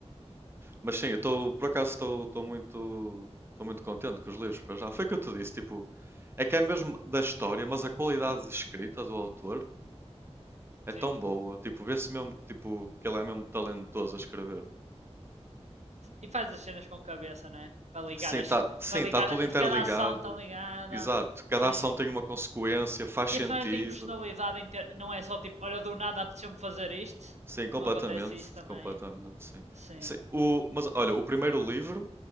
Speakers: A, on the right; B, on the right.
A: mas sim, eu estou, por acaso, estou muito, estou muito contente com os livros para já. Foi o que eu te disse, tipo, é que é mesmo da história, mas a qualidade de escrita do autor é
B: Sim.
A: tão boa. Tipo, vê-se mesmo que, tipo, que ele é mesmo talentoso a escrever.
B: E faz as cenas com cabeça, né? Para ligar
A: Sim, está
B: as.
A: sim,
B: Para ligar.
A: tá tudo
B: A...
A: interligado.
B: Cada ação está ligada.
A: Exato. Cada
B: Sim.
A: ação tem uma consequência, faz
B: E
A: sentido.
B: as personagens têm personalidade. Em ter... Não é só tipo, olha, do nada apeteceu-me fazer isto.
A: Sim, completamente,
B: Não acontece isso também.
A: completamente, sim.
B: Sim.
A: Sim, o, mas olha, o primeiro livro,